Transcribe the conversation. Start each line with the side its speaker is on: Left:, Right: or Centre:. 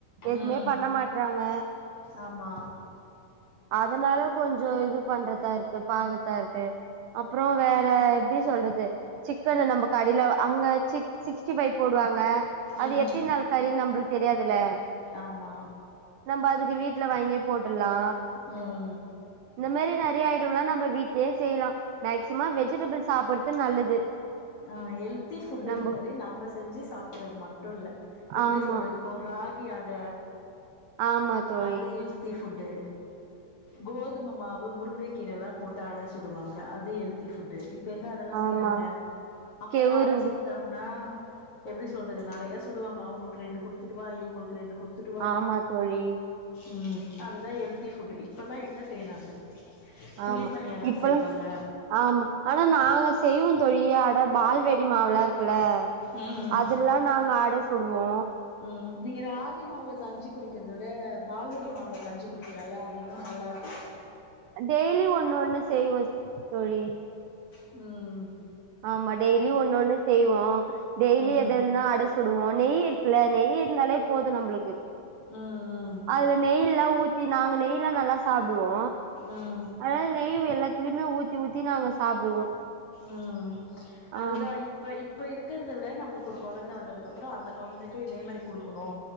Right: எதுவுமே
Left: ம்
Right: பண்ண மாட்றாங்க
Left: ஆமா
Right: அதனால கொஞ்ச இது பண்றதா இருக்கு பாக்கர்த்தா இருக்கு அப்புற வேற எப்டி சொல்றது சிக்கன நம்ப கடையில அங்க சிக் சிக்ஸ்ட்டி ஃபைவ் போடுவாங்க
Left: ம்
Right: அது எத்தினி நாள் கறின்னு நம்பளுக்கு தெரியாதுல்ல
Left: ஆமா
Right: நம்ப அதுக்கு வீட்ல வாங்கியே போட்டுர்லா
Left: ம்
Right: இந்த மேரி நெறையா ஐட்டம்லா நம் ம் வீட்லயே செய்யலா மேக்சிம வெஜிடபிள் சாப்புறது நல்லது
Left: ஆ ஹெல்த்தி ஃபுட்டுன்றதே
Right: நம்ப
Left: நம்ப செஞ்சு சாப்புட்றது மட்டு இல்ல எப்டி
Right: ஆமா
Left: சொல்றது இப்போ ராகி அட
Right: ஆமா தோழி
Left: அது ஹெல்த்தி ஃபுட்டு கோதும மாவு முருங்கக் கீரல்லா போட்டு அட சுடுவாங்க அது ஹெல்த்தி ஃபுட்டு இப் இப்ப எங்க அதெல்லா செய்றாங்க
Right: ஆமா
Left: அப்பெல்லா
Right: கெவுரு
Left: அட சுட் டாங்கன்னா எப்டி சொல்றது நெறைய சுடுவாங்க அவுங்களுக்கு ரெண்டு குடுத்துட்டு வா இவுங்களுக்கு ரெண்டு குடுத் துட்டுவா
Right: ஆமா தோழி
Left: ம் அதுதா ஹெல்த்தி ஃபுட் இப்பல்லா எங்க செய்றாங்க குழி
Right: ஆமா
Left: பணியாரோ
Right: இப்பல்லா
Left: செய்வாங்க
Right: ஆமா ஆனா நாங்க செய்வோ தோழி அட பால்வாடி மாவுல்லா இருக்குல்ல
Left: ம்
Right: அதுல்லா நாங்க அட சுடுவோ
Left: ம் நீங்க ராகி மாவுல கஞ்சி குடிக்கிறத விட பால்வாடி மாவுல கஞ்சி குடிக்கலால்ல அது இன்னு நல்லாருக்கு
Right: டெய்லி ஒன்னு ஒன்னு செய்வோ தோழி
Left: ம்
Right: ஆமா டெய்லி ஒன்னு ஒன்னு செய்வோ டெய்லி
Left: ம்
Right: எததென்னா அட சுடுவோ நெய் இருக்குல்ல நெய் இருந்தாலே போதும் நம்பளுக்கு
Left: ம் ம்
Right: அதுல நெய்லா ஊத்தி நாங்க நெய்லா நல்லா சாப்டுவோ
Left: ம்
Right: அதனால நெய் எல்லாத்துலையுமே ஊத்தி ஊத்தி நாங்க சாப்டுவோ
Left: ம் அதுதா
Right: ஆமா
Left: இப்ப இப்ப இருக்கறத விட நம்பளுக்கு ஒரு கொழந்த வந்ததுக்கப்புற அந்த கொழந்தைக்கு இதே மாரி குடுக்கணு